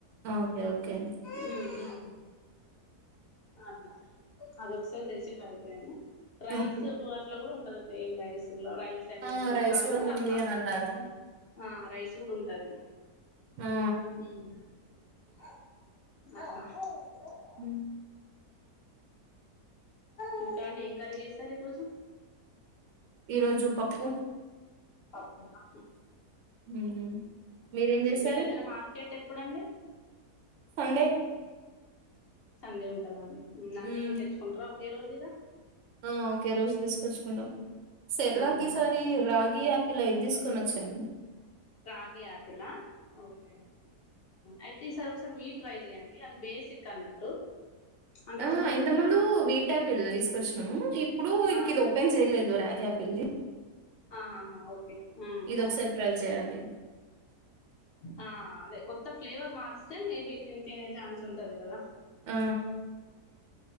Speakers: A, on the right (about 65°); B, on the left (about 55°).
A: ఓకే ఓకే
B: ఉ అలా అది ఒక్క సారీ తెచ్చి ట్రై చేయండి రైస్
A: ఓకే
B: కూడా ఉంటది ప్లెయిన్ రైస్ లో రైస్ అండ్
A: ఆ
B: వెజిటబుల్స్
A: రైస్
B: అవి కూడా తర్వాత
A: ఉంది అని అన్నారు
B: ఆ రైస్ కూడా ఉంటది
A: ఆ
B: <unintelligible>
A: ఉ
B: ఇందుకండి ఏం కర్రీ చేసారు ఈ రోజు
A: ఈ రోజు పప్పు
B: పప్పు నా
A: మ్మ్. మీరేం చేశారు
B: మీ దగ్గర మార్కెట్ ఎప్పుడుండి
A: సండే
B: సండే ఉంటదండి అన్నీ
A: మ్మ్.
B: తెచ్చుకుంటారా ఒకే రోజు ఇగ
A: ఆ ఓకే రోజు తీసుకొచ్చుకుంటాం సర్లేక్
B: ఆహా
A: ఈ సారి రాగియాపిల్ ఇలా ఇది తీసుకొని వచ్చాను
B: రాగి యాపిల్ ఆ ఓకే అయితే ఈసారి ఒకసారి వీట్ ట్రై చెయండి అది బేసిక్ అన్నట్టు అంటే
A: ఆ
B: కొంతమందికి
A: ఇంత ముందు
B: రా
A: వీట్యాపిల్ తీసుకొచ్చినము ఇప్పుడు ఇంక
B: ఆ
A: ఇది ఓపెన్ చేయలేదు రాగి యాపిల్ని
B: ఆ హ హా ఓకే ఉహు
A: ఇది ఒకసారి ట్రై చేయ్యాలి
B: ఆ అదే కొత్త ఫ్లేవర్ మార్స్తే మేబి తినే ఛాన్స్ ఉంటది కదా
A: ఆ